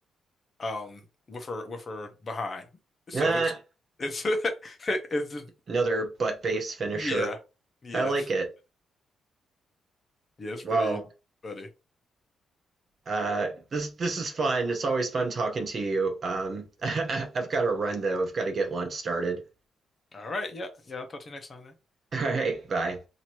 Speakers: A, on the left (about 25°); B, on the right (about 35°).
A: um with her with her behind. So
B: Nah,
A: it's it's <laughs> it's just
B: another butt base finisher.
A: yeah yeah
B: I like it.
A: yeah. It's
B: Well,
A: pretty funny.
B: uh, this this is fun. It's always fun talking to you. Um, <laughs> I've got to run though. I've got to get lunch started.
A: All right. Yeah. Yeah. I'll talk to you next time then.
B: <laughs> All right, bye.